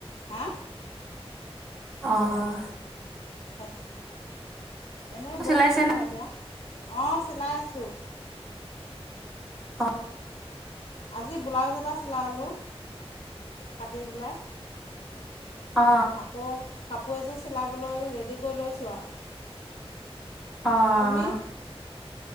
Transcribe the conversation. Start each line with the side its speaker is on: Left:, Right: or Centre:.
Left: হা?
Centre: অহ।
Left: হে এনেই বহি
Centre: চিলাইছে
Left: আছোঁ
Centre: নে
Left: আৰু এতিয়া। অহ, চিলাই আছোঁ।
Centre: হয়।
Left: আজি ব্লাউজ এটা চিলালোঁ কাটি পেলাই।
Centre: অ
Left: আকৌ কাপোৰ এযোৰ চিলাবলৈ ৰেডি কৰি লৈছোঁ আৰু।
Centre: অহ।
Left: তুমি